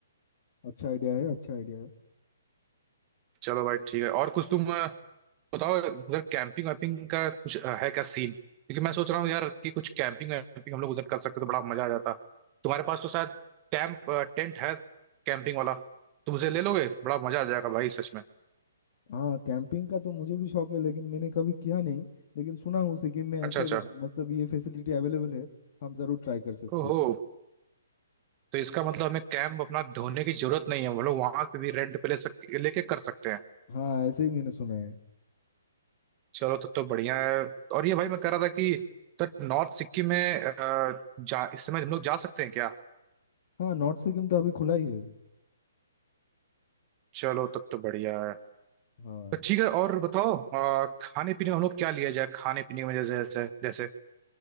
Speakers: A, on the left; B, on the right.
A: अच्छा आइडिया है अच्छा आइडिया है
B: चलो भाई ठीक है और कुछ तुम अ, बताओ उधर कैंपिंग वैम्पिंग का कुछ अ, है क्या सीन क्योंकि मैं सोच रहा हूँ यार कि कुछ कैंपिंग वैम्पिंग हम लोग उधर कर सकते तो बड़ा मजा आ जाता तुम्हारे पास तो शायद कैंप टेंट है कैंपिंग वाला तुम उसे ले लोगे बड़ा मजा आ जाएगा भाई सच में
A: हाँ कैंपिंग का तो मुझे भी शौक है लेकिन मैंने कभी किया नहीं लेकिन सुना हूँ सिक्किम में
B: अच्छा
A: ऐसा
B: अच्छा
A: मतलब ये फैसिलिटी अवेलेबल है हम जरूर ट्राई कर सकते
B: ओहो
A: हैं।
B: तो इसका मतलब हमें कैंप अपना ढोने की जरूरत नहीं है हम लोग वहां पे भी रेंट पे ले सकते लेके कर सकते हैं
A: हाँ ऐसे ही मैंने सुना है
B: चलो तब तो बढ़िया है और ये भाई मैं कह रहा था कि तो नॉर्थ सिक्किम में अ, जा इस समय हम लोग जा सकते हैं क्या
A: हाँ नॉर्थ सिक्किम तो अभी खुला ही है
B: चलो तब तो बढ़िया है
A: हाँ
B: तो ठीक है और बताओ आ, खाने पीने में हम लोग क्या लिया जाए खाने पीने में जैसे जैसे जैसे